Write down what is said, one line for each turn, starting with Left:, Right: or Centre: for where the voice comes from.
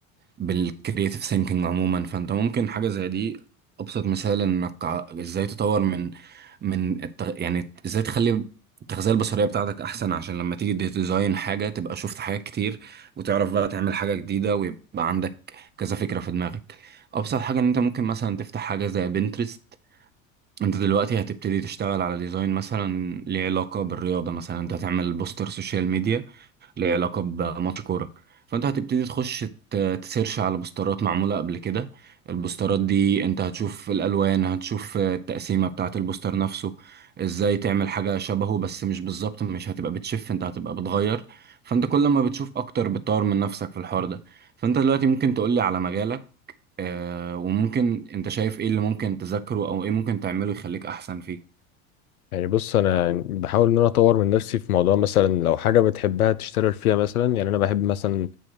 Right: بالكرياتيف ثينكينج عموما فانت ممكن حاجة زي دي ابسط مثال انك ع- ازاي تطور من من التغ... يعني ازاي تخلي التغذية البصرية بتاعتك احسن عشان لما تيجي تديزاين حاجة تبقى شفت حاجات كتير وتعرف بقى تعمل حاجة جديدة ويبقى عندك كذا فكرة في دماغك أبسط حاجة إن أنت ممكن مثلا تفتح حاجة زي بنترست أنت دلوقتي هتبتدي تشتغل على ديزاين مثلا ليه علاقة بالرياضة مثلا أنت هتعمل بوستر سوشيال ميديا ليه علاقة بماتش كورة فأنت هتبتدي تخش ت- تسيرش على بوسترات معمولة قبل كده البوسترات دي أنت هتشوف الألوان هتشوف التقسيمة بتاعة البوستر نفسه إزاي تعمل حاجة شبهه بس مش بالظبط مش هتبقى بتشف أنت هتبقى بتغير فأنت كل ما بتشوف أكتر بتطور من نفسك في الحوار ده فأنت دلوقتي ممكن تقولي على مجالك آه وممكن انت شايف ايه اللي ممكن تذاكره او ايه ممكن تعمله يخليك احسن فيه
Left: يعني بص انا بحاول ان انا اطور من نفسي في موضوع مثلا لو حاجه بتحبها تشتغل فيها مثلا يعني انا بحب مثلا